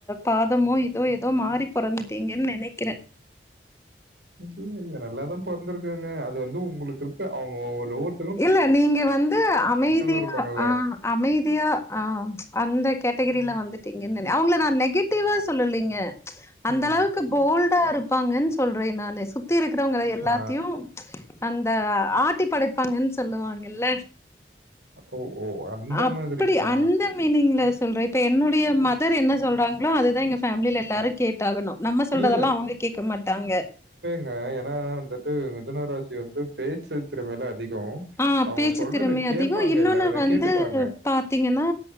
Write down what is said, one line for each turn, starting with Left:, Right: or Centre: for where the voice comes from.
Left: பாதமோ இதோ ஏதோ மாறி பொறந்துட்டீங்கன்னு நினைக்கிறேன்
Right: இல்ல இல்ல நல்லாதான் பொறந்திருக்கங்க அது வந்து உங்களுக்கு இருக்க அவுங்க ஒருவொரு
Left: இல்ல நீங்க வந்து அமைதியா
Right: இருப்பாங்கல்ல
Left: ஆ அமைதியா ஆ அந்த கேட்டகிரில வந்துட்டீங்கன்னு நினைக் அவங்கள நான் நெகட்டிவா சொல்லலீங்க அந்த
Right: ம்
Left: அளவுக்கு போல்டா இருப்பாங்கன்னு சொல்றேன் நான்னு சுத்தி இருக்கிறவங்கள எல்லாத்தையும்
Right: ஆ
Left: அந்த ஆட்டி படைப்பாங்கன்னு சொல்லுவாங்கல்ல
Right: ஓ ஓ அந்த
Left: அப்டி
Right: மாதிரி ஆ
Left: அந்த மீனிங்ல சொல்றேன் இப்ப என்னுடைய மதர் என்ன சொல்றாங்களோ அதுதான் எங்க ஃபேமிலில எல்லாரும் கேட் டாகணும் நம்ம சொல்றதெல்லாம்
Right: இல்ல,
Left: அவுங்க கேட்க மாட்டாங்க
Right: ஏ ஏன்னா மிது மிதுன ராசி வந்து பேச்சு திறம்மையில அதிகோ
Left: ஆ
Right: அவங்க
Left: பேச்சு
Right: சொல்றத
Left: திறமை
Right: கேட்பாங்க
Left: அதிகம். இன்னொன்னு
Right: எல்லாருமே
Left: வந்து
Right: கேட்டுப்பாங்க
Left: பாத்தீங்கன்னா